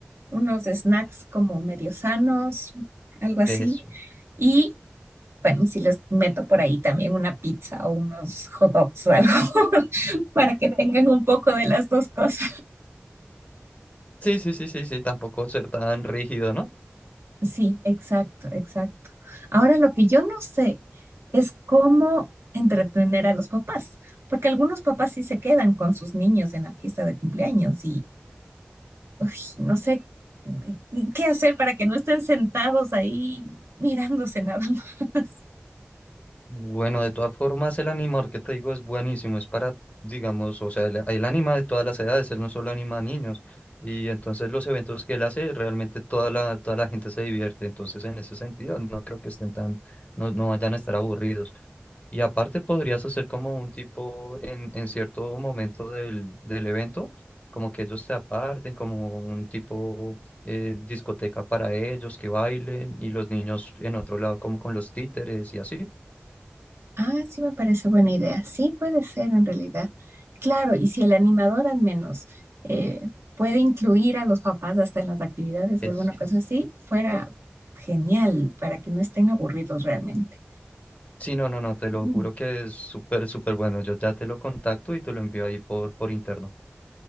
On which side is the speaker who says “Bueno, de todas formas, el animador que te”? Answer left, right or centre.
Left